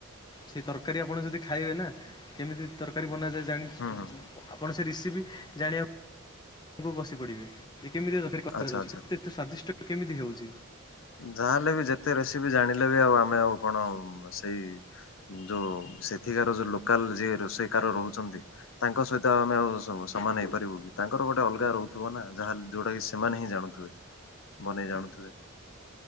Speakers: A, on the left; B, on the left.
A: ସେଇ ତରକାରୀ ଆପଣ ଯଦି ଖାଇବେ ନା କେମିତି ତରକାରୀ ବନାଯାଏ ଜାଣି <unintelligible>
B: ହୁଁ ହୁଁ
A: ଆପଣ ସେ ରିସିପି ଜାଣିବାକୁ ବସି ପଡ଼ିବେ ଯେ କେମିତି ତରକାରି କରାଯାଉଛି
B: ଆଚ୍ଛା
A: କେତେ ସ୍ଵାଦିଷ୍ଟ କେମିତି ହଉଚି।
B: ଯାହା ହେଲେ ବି ଯେତେ ରେସିପି ଜାଣିଲେ ବି ଆଉ ଆମେ ଆଉ କଣ ସେଇ ଯୋଉ ସେଠିକାର ଯୋଉ ଲୋକାଲ ଯିଏ ରୋଷେଇକାର ରହୁଛନ୍ତି। ତାଙ୍କ ସହିତ ଆମେ ଆଉ ସମାନ ହେଇପାରିବୁ କି ତାଙ୍କର ଗୋଟେ ଅଲଗା ରହୁଥିବ ନା ଯାହା ଯୋଉଟା କି ସେମାନେ ହିଁ ଜାଣୁଥିବେ ବନେଇ ଜାଣୁଥିବେ